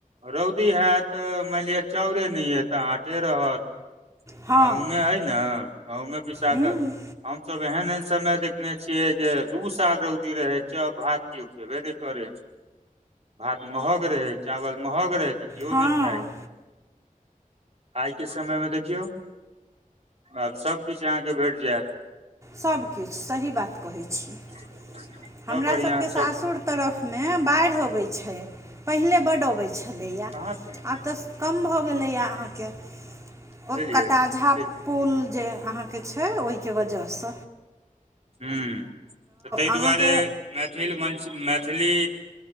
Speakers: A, on the right; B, on the right.
A: रौदी हैत मानि लिअ चाउरे नहि अय तऽ आटे रहत।
B: हँ
A: गंहूमे अइ ने गंहूमे पिसा
B: हूँ
A: कऽ हमसब एहन एहन समय देख देखने छियै जे दू साल रौदी रहै चाउ भात किओ खेबे नहि करै भात महग रहै चावल महग रहै तऽ किओ
B: हँ
A: नहि खाइ। आइ के समय मे देखियौ आब सभकिछ अहाँके भेट जैत।
B: सभकिछ सही बात कहै छी।
A: <unintelligible>
B: हमरा
A: बढ़ियां
B: सबके सासुर
A: सब
B: तरफमे बाढ़ि अबै छै पहिले बड अबै छै छलैया
A: कहाँ छै
B: आब तऽ कम भऽ गेलैया अहाँके
A: बुझलियै
B: ओ कटाझा
A: ठीक
B: पुल जे अहाँ के छै ओहिके वजहस
A: हम्म तऽ ताहि
B: अहाँके
A: दुआरे मैथिल मञ्च मैथिली